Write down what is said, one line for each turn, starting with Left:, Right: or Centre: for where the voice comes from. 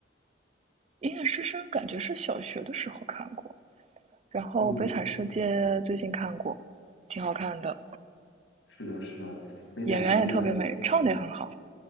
Right: 《银眼之声》感觉是小学的时候看过，然后《悲惨世界》最近看过，
Left: 嗯。
Right: 挺好看的，
Left: 是的，是的，《悲惨世界》
Right: 演员也特别美，唱的也很好。